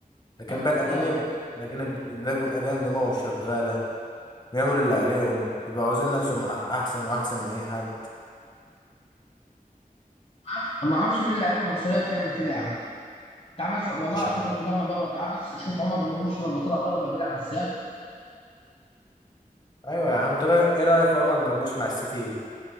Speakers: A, on the left (about 30°); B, on the left (about 45°).
A: لكن
B: اي
A: بقى
B: والله
A: الأجانب الأجانب الأجانب دماغهم شغالة بيعملوا اللي عليهم بيبقوا عاوزين نفسهم أحسن وأحسن من أي حد
B: عارف ما اعرفش ليه اللعيبه المصريه بتعمل كده يا عم تعال مثلا والله
A: مش
B: العظيم
A: عارف
B: لو طلعنا بره تعال بس شوف عمر مرموش لما طلع بره بقى بيلعب ازاي
A: أيوة يا عم ترى إيه رأيك في عمر مرموش مع السيتي